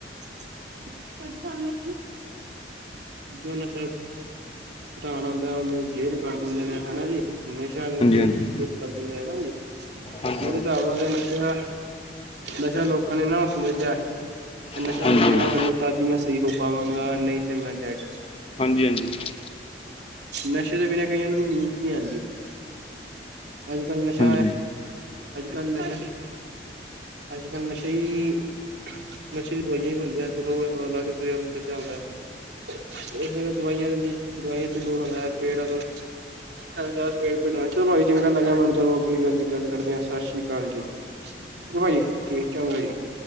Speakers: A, on the right; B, on the left.
A: ਤੁਹਾਡੇ ਸਾਬ ਕੀ ਜੋ ਨਸ਼ਾ ਘਟਾਣ ਆਉਂਦਾ ਉਹਨੂੰ ਜੇਲ ਕਰ ਦਿੰਦੇ ਨੇ ਹਨਾ ਜੀ। ਨਸ਼ਾ <unintelligible>
B: ਹਾਂਜੀ ਹਾਂਜੀ
A: ਕਰ ਦਿੰਦੇ ਹਨਾ ਜੀ
B: ਹਾਂਜੀ
A: ਮੇਰੇ ਹਿਸਾਬ ਨਾਲ ਤੇ ਨਸ਼ਾ ਨਸ਼ਾ ਲੋਕਾਂ ਨੇ ਨਾ ਸਮਝ ਲਿਆ ਨਸ਼ਾ
B: ਹਾਂਜੀ
A: ਮਿਲੇਗਾ ਮੈਨੂੰ ਤਾਂਹੀ ਮੈਂ ਸਹੀ ਹੋ ਪਾਵਾਂਗਾ ਨਹੀਂ ਤੇ ਮੈਂ ਡੈਡ।
B: ਹਾਂਜੀ ਹਾਂਜੀ
A: ਨਸੇ ਤੋ ਬਿਨ ਕਈਆ ਨੂੰ ਨੀਂਦ ਵੀ ਆਦੀ ਅੱਜ ਕੱਲ ਨਸ਼ਾ,
B: ਹਾਂਜੀ
A: ਅੱਜ ਕੱਲ ਨਸ਼ਾ, ਅੱਜ ਕੱਲ ਈ ਨਸ਼ੇ ਦੀ ਦਵਾਈਆਂ ਵੀ ਬਣਦੀਆਂ ਅਜ ਕਲ ਅਲੱਗ ਨਸ਼ਾ ਹੁੰਦਾ। ਉਹ ਫਿਰ ਦਵਾਈਆਂ ਦੀ ਦਵਾਈਆਂ ਚ ਲੋੜ ਹੋਗਾ ਹੈ ਪੇੜਾਂ ਤੋਂ <unintelligible> ਚੰਗਾ ਲੱਗਾ ਮੈਨੂੰ ਗੱਲ ਕਰਕੇ ਆ ਸਤਿ ਸ਼੍ਰੀ ਅਕਾਲ ਜੀ। <unintelligible>